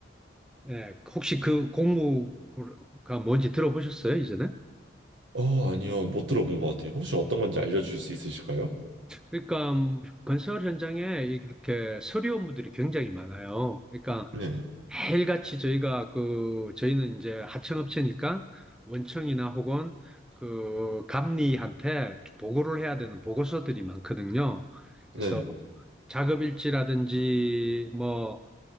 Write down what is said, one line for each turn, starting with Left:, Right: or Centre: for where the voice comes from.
Centre: 예, 혹시 그 공무가 뭔지 들어보셨어요, 이전에?
Right: 어, 아니요, 못 들어본 것 같아요. 혹시 어떤 건지 알려주실 수 있으실까요?
Centre: 그러니까 음, 건설 현장에 이렇게 서류 업무들이 굉장히 많아요. 그러니까
Right: 네,
Centre: 매일같이 저희가 그 저희는 이제 하청업체니까 원청이나 혹은 그 감리한테 보고를 해야 되는 보고서들이 많거든요.
Right: 네,
Centre: 그래서 작업일지라든지 뭐